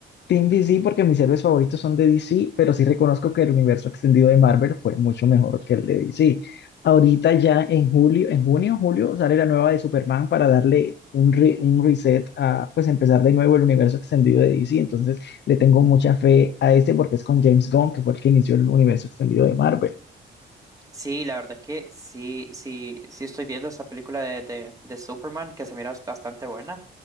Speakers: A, on the left (about 60°); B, on the right (about 15°).
A: Team DC porque mis héroes favoritos son de DC, pero sí reconozco que el universo extendido de Marvel fue mucho mejor que el de DC. Ahorita ya en julio, en junio, julio, sale la nueva de Superman para darle un, re- un reset a, pues, empezar de nuevo el universo extendido de DC. Entonces, le tengo mucha fe a este porque es con James Gunn, que fue el que inició el universo extendido de Marvel.
B: Sí, la verdad es que sí, sí, sí estoy viendo esa película de, de, de Superman que se mira bastante buena.